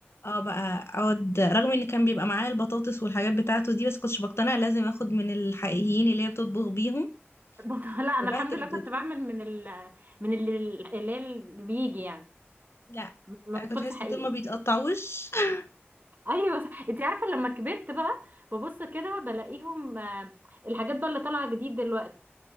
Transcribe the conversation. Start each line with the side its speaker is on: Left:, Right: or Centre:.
Left: اه بقى اقعد رغم ان كان بيبقى معايا البطاطس والحاجات بتاعته دي بس كنتش بقتنع لازم اخد من الحقيقيين اللي هي بتطبخ بيهم
Right: <laughs>
Left: كنت
Right: لا انا
Left: ببهدل
Right: الحمد لله
Left: الدنيا
Right: كنت بعمل من ال من اللي اللي هي اللي بيجي يعني
Left: لا
Right: ما
Left: انا
Right: بيدخلش
Left: كنت بحس
Right: حقيقي
Left: دول ما بيتقطعوش <laughs>
Right: ايوه صح انت عارفه لما كبرت بقى ببص كده بلاقيهم آه، الحاجات بقى اللي طالعه جديد دلوقتي